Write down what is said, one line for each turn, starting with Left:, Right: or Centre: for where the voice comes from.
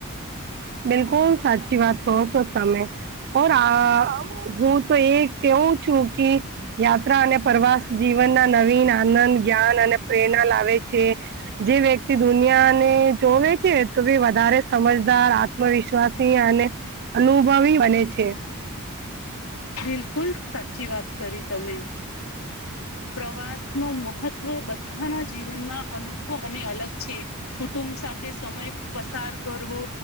Right: બિલકુલ સાચી વાત કહો છો તમે. ઓ આ હું તો એ કેવું છું કે, યાત્રા અને પ્રવાસ જીવનના નવીન આનંદ, જ્ઞાન અને પ્રેરણા લાવે છે. જે વ્યક્તિ દુનિયાને જોવે છે તો ભી વધારે સમજદાર આત્મવિશ્વાસી અને અનુભવી બને છે.
Left: બિલકુલ સાચી વાત કરી તમે પ્રવાસ નુ મહત્ત્વ બધાના જીવનમાં અનોખો અને અલગ છે. કુટુંબ સાથે સમય પસાર કરવો